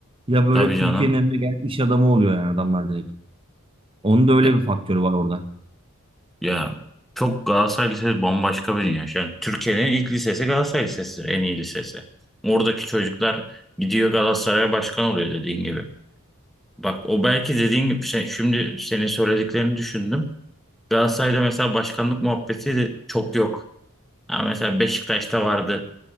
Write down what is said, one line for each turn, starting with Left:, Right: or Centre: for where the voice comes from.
Right: ya böyle
Centre: Tabii
Right: Türkiye'nin
Centre: canım.
Right: önüne gelen iş adamı oluyor yani adamlar direkt. Onun da öyle
Centre: Ya,
Right: bir faktörü var orada.
Centre: ya çok Galatasaray Lisesi bambaşka bir dünya. Şu an Türkiye'nin ilk lisesi Galatasaray Lisesi'dir. En iyi lisesi. Oradaki çocuklar gidiyor Galatasaray'a başkan oluyor dediğin gibi. Bak o belki dediğin gibi sen- şimdi senin söylediklerini düşündüm. Galatasaray'da mesela başkanlık muhabbeti de çok yok. Ha mesela Beşiktaş'ta vardı.